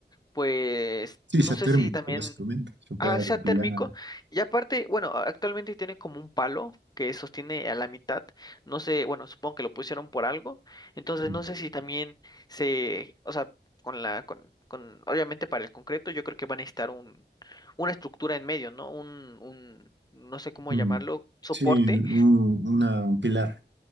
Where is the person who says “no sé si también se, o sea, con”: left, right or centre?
Left